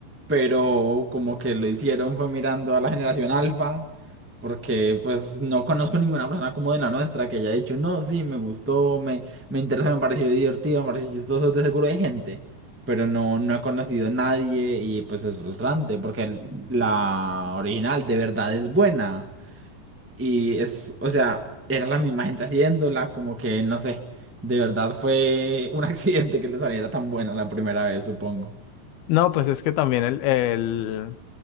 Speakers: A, in the centre; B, on the left.
A: pero como que lo hicieron fue mirando a la generación alfa, porque pues no conozco ninguna persona como de la nuestra que haya dicho, no, sí, me gustó, me, me interesó, me pareció divertido, me pareció chistoso, de seguro hay gente, pero no, no he conocido a nadie y pues es frustrante, porque el- la original de verdad es buena y es, o sea, era la misma gente haciéndola, como que no sé. De verdad fue un <laughs> accidente que le saliera tan buena la primera vez, supongo.
B: No, pues es que también el, el,